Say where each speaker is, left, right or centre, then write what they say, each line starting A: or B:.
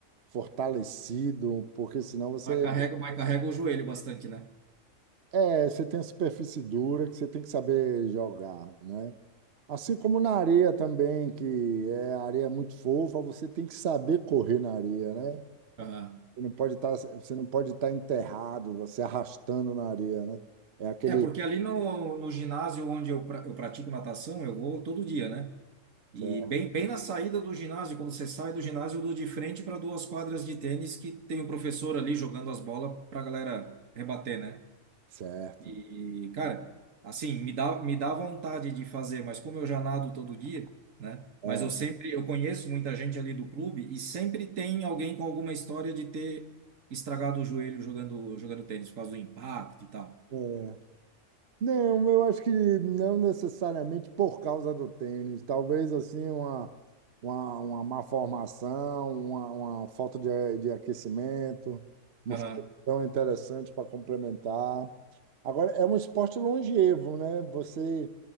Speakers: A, on the right; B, on the right.
A: fortalecido, porque senão você
B: Mas carrega, mas carrega o joelho bastante, né?
A: é, você tem a superfície dura que você tem que saber jogar, né? Assim como na areia também, que é a areia é muito fofa, você tem que saber correr na areia, né?
B: Aham.
A: Você não pode estar, você não pode estar enterrado, você arrastando na areia, né? É aquele.
B: É, porque ali no, no ginásio onde eu, pra- eu pratico natação, eu vou todo dia, né? E
A: Certo.
B: bem, bem na saída do ginásio, quando você sai do ginásio, eu dou de frente para duas quadras de tênis que tem o professor ali jogando as bolas para a galera rebater, né?
A: certo.
B: E, cara, assim, me dá, me dá vontade de fazer, mas como eu já nado todo dia, né? Mas
A: É.
B: eu sempre, eu conheço muita gente ali do clube e sempre tem alguém com alguma história de ter estragado o joelho jogando, jogando tênis por causa do impacto e tal.
A: é. Não, eu acho que não necessariamente por causa do tênis. Talvez assim uma, uma, uma má formação, uma, uma falta de, de aquecimento, musculação
B: Aham.
A: interessante para complementar. Agora, é um esporte longevo, né? Você,